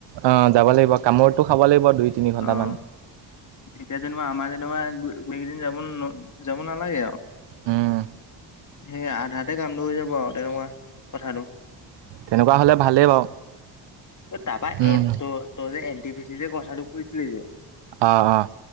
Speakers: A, on the right (about 70°); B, on the left (about 40°).
A: অ', যাব লাগিব কামোৰটো খাব লাগিব, দুই তিনি ঘন্টামান।
B: অ', এতিয়া যেনিবা আমাৰ যেনেবা গোটেইকেইদিন যাব যাব নালাগে আৰু।
A: উম।
B: সেই আধাতে কামটো হৈ যাব আৰু তেনেকুৱা কথাটো।
A: তেনেকুৱা হ'লে ভালেই বাৰু
B: তাপা যে
A: উম,
B: এ <unintelligible> <unintelligible> কথাটো কৈছিলি যে।
A: অ' অ'